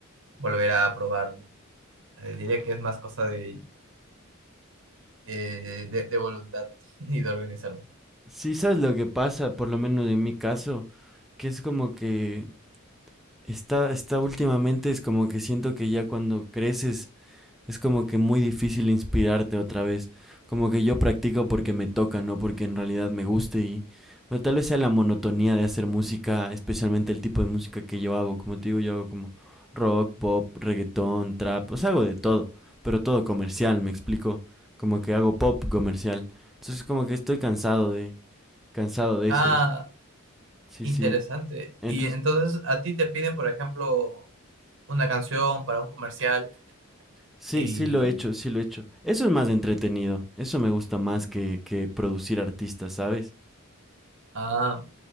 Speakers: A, on the right; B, in the centre.
A: volver a probarlo. Eh, diría que es más cosa de, eh, de, de voluntad <laughs> y de organizarme.
B: Sí, sabes lo que pasa, por lo menos en mi caso, que es como que está, está últimamente, es como que siento que ya cuando creces es como que muy difícil inspirarte otra vez. Como que yo practico porque me toca, no porque en realidad me guste y bueno, tal vez sea la monotonía de hacer música, especialmente el tipo de música que yo hago. Como te digo, yo hago como rock, pop, reggaetón, trap, o sea, hago de todo, pero todo comercial, me explico. Como que hago pop comercial. Entonces como que estoy cansado de cansado de
A: Ah,
B: eso. Sí,
A: interesante.
B: sí. Entonces
A: Y entonces a ti te piden, por ejemplo, una canción para un comercial
B: Sí,
A: Y,
B: sí lo he hecho, sí lo he hecho. Eso es más entretenido. Eso me gusta más que, que producir artistas, ¿sabes?
A: ah,